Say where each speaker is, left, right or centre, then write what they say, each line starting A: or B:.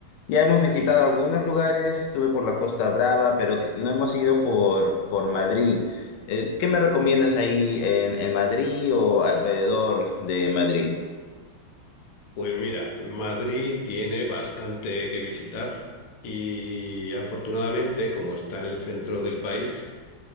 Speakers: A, on the left; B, on the left.
A: Ya hemos
B: Sí.
A: visitado algunos lugares, estuve por la Costa Brava, pero que- no hemos ido por, por Madrid. Eh, ¿qué me recomiendas ahí en, en Madrid o alrededor de Madrid?
B: Pues mira, Madrid tiene bastante que visitar y afortunadamente, como está en el centro del país,